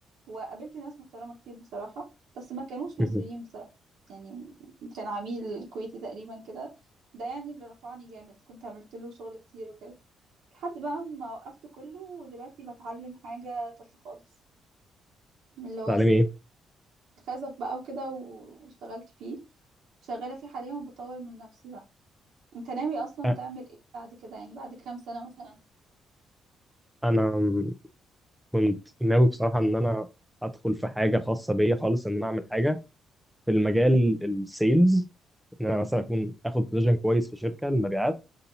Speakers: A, on the right (about 75°); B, in the centre.
A: وقابلت ناس محترمة كتير بصراحة بس ما كانوش
B: مهم.
A: مصريين بصراحة يعني كان عميل كويتي تقريبا كده ده يعني اللي رفعني جامد كنت عملت له شغل كتير وكده لحد بقى ما وقفت كله ودلوقتي بتعلم حاجة تالتة خالص اللي هو
B: تعلمي ايه
A: خزف بقى وكده و- واشتغلت فيه وشغالة فيه حاليا وبطور من نفسي بقى انت ناوي اصلا
B: أ-
A: تعمل ايه بعد كده يعني بعد كام سنة مثلا
B: انا م- كنت ناوي بصراحه ان انا ادخل في حاجه خاصه بيا خالص ان انا اعمل حاجه في المجال السيلز ان انا مثلا اكون اخد بوزيشن كويس في شركه المبيعات